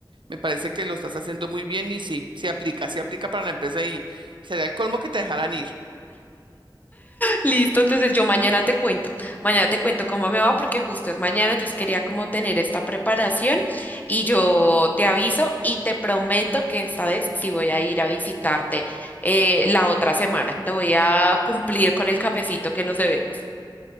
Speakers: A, on the right; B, on the left.
A: Me parece que lo estás haciendo muy bien y sí, se aplica, se aplica para la empresa y sería el colmo que te dejaran ir.
B: Listo, entonces yo mañana te cuento, mañana te cuento cómo me va porque justo es mañana, entonces quería como tener esta preparación y yo te aviso y te prometo que esta vez sí voy a ir a visitarte eh, la otra semana, te voy a cumplir con el cafecito que nos debemos.